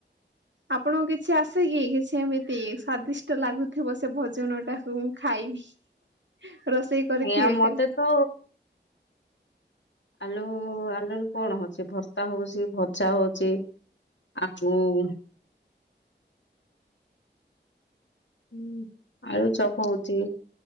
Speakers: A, on the right; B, on the left.
A: ଆପଣଙ୍କୁ କିଛି ଆସେ କିି କିଛି ଏମିତି ସ୍ଵାଦିଷ୍ଟ ଲାଗୁଥିବ ସେ ଭୋଜନ ଟାକୁ ମୁଁ ଖାଇବି। ରୋଷେଇ କରିଥିବେ
B: ଏଆ ମତେ
A: କେବେ
B: ତ ଆଳୁ ଆଳୁରୁ କଣ ହଉଛି? ଭର୍ତ୍ତା ହଉଛି, ଭଜା ହଉଛି। <inaudible> ହୁଁ, ଆଳୁ ଚପ ହଉଛି।